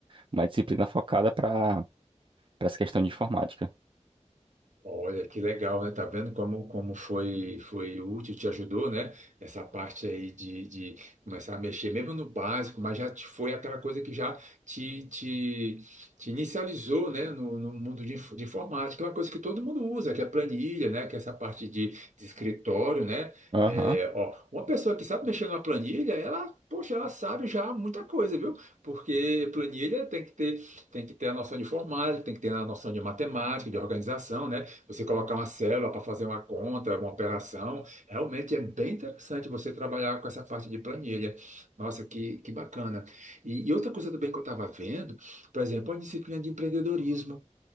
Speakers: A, on the right; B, on the right.
A: Uma disciplina focada para para essa questão de informática.
B: Olha, que legal, né? Tá vendo como, como foi, foi útil, te ajudou, né? Essa parte aí de, de começar a mexer, mesmo no básico, mas já te- foi aquela coisa que já te, te, te inicializou, né? No, no mundo de, inf- de informática, é uma coisa que todo mundo usa, que é planilha, né? Que é essa parte de, de escritório, né?
A: Aham.
B: É, ó, uma pessoa que sabe mexer numa planilha, ela, poxa, ela sabe já muita coisa, viu? Porque planilha tem que ter tem que ter a noção de informática, tem que ter a noção de matemática, de organização, né? Você colocar uma célula para fazer uma conta, uma operação. Realmente é bem interessante você trabalhar com essa parte de planilha. Nossa, que, que bacana. E, e outra coisa também que eu estava vendo, por exemplo, a disciplina de empreendedorismo,